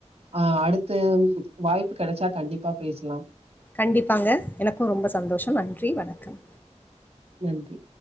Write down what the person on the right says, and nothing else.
ஆ அடுத்து வாய்ப்பு கெடச்சா கண்டிப்பா பேசலா
நன்றி